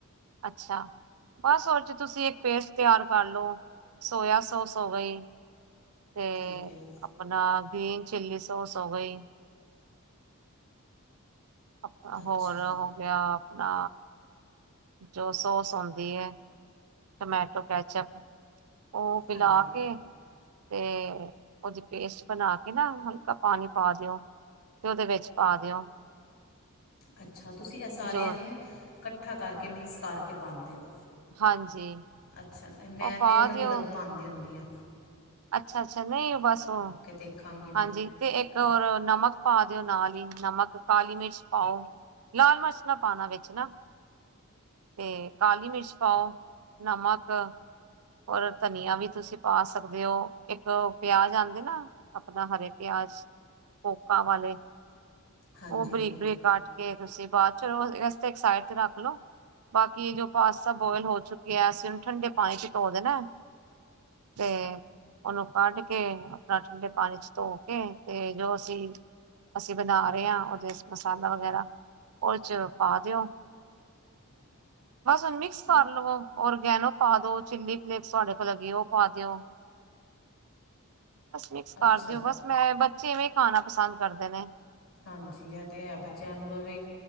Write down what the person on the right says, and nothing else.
ਅੱਛਾ, ਬਸ ਹੋਰ ਤੁਸੀਂ ਇੱਕ ਪੇਸਟ ਤਿਆਰ ਕਰ ਲਓ, ਸੋਇਆ ਸੋਸ ਹੋ ਗਈ ਤੇ
ਆਪਣਾ, ਗ੍ਰੀਨ ਚਲੀ ਸੋਸ ਹੋ ਗਈ। ਆਪਣਾ
ਹੋਰ ਹੋ ਗਆ ਆਪਣਾ। ਜੋ ਸੋਸ ਔਂਦੀ ਐ, ਟਮੈਟੋ ਕੈਚਅਪ ਓਹ ਮਿਲਾ
ਕੇ ਤੇ ਓਦੀ ਪੇਸਟ ਬਣਾ ਕੇ ਨਾ ਹਲਕਾ ਪਾਣੀ ਪਾ ਦੇਓ। ਤੇ ਓਦੇ ਵਿੱਚ ਪਾ ਦੇਓ।
ਜੋ
ਹਾਂਜੀ।
ਉਹ ਪਾ
ਦਿਓ
ਅੱਛਾ-ਅੱਛਾ ਨਈ ਬਸ ਓ,
ਹਾਂਜੀ
ਤੇ ਇੱਕ ਹੋਰ ਨਮਕ ਪਾ ਦੇਓ ਨਾਲ ਈ ਨਮਕ ਕਾਲੀ ਮਿਰਚ ਪਾਓ, ਲਾਲ ਮਰਚ ਨਾ ਪਾਣਾ ਵਿੱਚ ਨਾ। ਤੇ ਕਾਲੀ ਮਿਰਚ ਪਾਓ ਨਮਕ ਔਰ ਧਨੀਆ ਵੀ ਤੁਸੀਂ ਪਾ ਸਕਦੇ ਓ। ਏੱਕ ਪਿਆਜ ਆਂਦੇ ਨਾ ਆਪਨਾ ਹਰੇ ਪਆਜ ਪੋਕਾਂ ਵਾਲੇ,
ਓਹ ਬਰੀਕ-ਬਰੀਕ
ਕਾਟ ਕੇ ਤੁਸੀਂ ਬਾਦ ਚ ਏਸਤੇ ਇੱਕ ਸਾਈਡ ਤੇ ਰੱਖ ਲੋੋ। ਬਾਕੀ ਜੋ ਪਾਸਤਾ ਬੋਇਲ ਹੋ ਚੁੱਕੀ ਐ ਅਸੀਂ ਓਨੂੰ ਠੰਡੇ ਪਾਣੀ ਚ ਧੋ ਦੇਣੈ। ਤੇ ਓਹਨੂੰ ਕੱਢ ਕੇ, ਆਪਣਾ ਠੰਡੇ ਪਾਣੀ ਚ ਧੋ ਕੇ, ਤੇ ਜੋ ਅਸੀਂ ਅਸੀਂ ਬਣਾ ਰਹੇ ਆਂ, ਓਹਦੇ ਮਸਾਲਾ ਵਗੈਰਾ, ਓਦੇ ਚ ਪਾ ਦੇਓ।
ਬਸ ਹੁਣ ਮਿਕਸ ਕਰ ਲਵੇ, ਔਰਗੈਨੋ ਪਾ ਦੋ, ਚਿੱਲੀ ਫਲੇਕਸ ਤੁਹਾਡੇ ਕੋਲ ਹੈਗੀ ਐ, ਓਹ ਪਾ ਦੇਓ। ਮਿਕਸ
ਹਾਂਜੀ ਬਸ, ਮੈਂ ਬੱਚੇ ਇਵੇਂ ਖਾਣਾ ਪਸੰਦ ਕਰਦੇ ਨੇ।